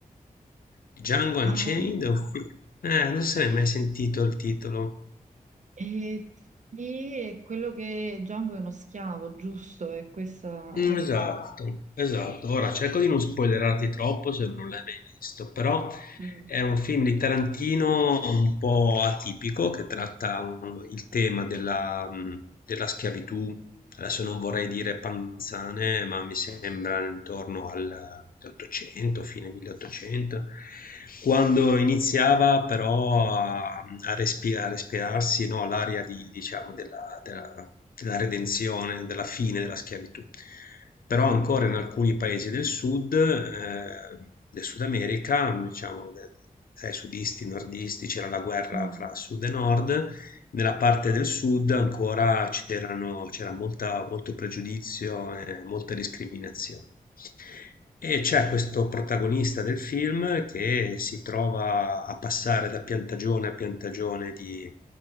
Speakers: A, on the left; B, on the right.
A: Django
B: Ah.
A: Unchained, è un film- eh, non se ne è mai sentito il titolo.
B: Eh, sì, è quello che Django è uno schiavo, giusto? È questa...
A: Mm, Esatto,
B: eh,
A: esatto. Ora cerco di non spoilerarti troppo se non l'hai mai visto, però
B: mm,
A: è un film di Tarantino un po' atipico che tratta um, il tema della, mh, della schiavitù. Adesso non vorrei dire panzane, ma mi sembra intorno al 1800, fine 1800, quando iniziava però a, a respi- a respirarsi, no, l'aria di, diciamo, della, della della redenzione, della fine della schiavitù. Però ancora in alcuni paesi del sud, ehm, del Sud America, diciamo de- tra i sudisti e i nordisti c'era la guerra
B: mm,
A: fra sud e nord, nella parte del sud ancora c'erano- c'era molta- molto pregiudizio e molte discriminazioni. E c'è questo protagonista del film che si trova a passare da piantagione a piantagione di,